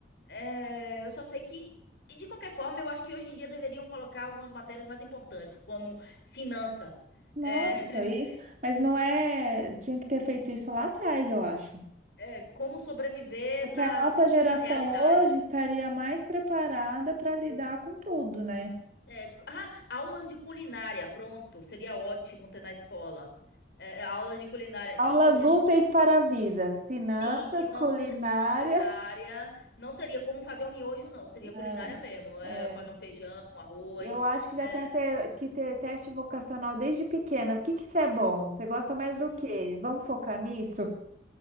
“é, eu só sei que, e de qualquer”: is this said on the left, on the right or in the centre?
Left